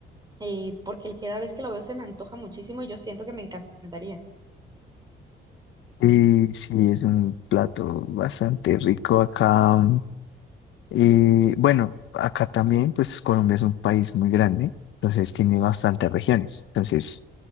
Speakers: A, on the right (about 20°); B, on the left (about 75°).
A: eh, porque el- cada vez que lo veo se me antoja muchísimo y yo siento que me encantaría.
B: Y sí, es un plato bastante rico acá. Y bueno, acá también, pues Colombia es un país muy grande, entonces tiene bastantes regiones. Entonces,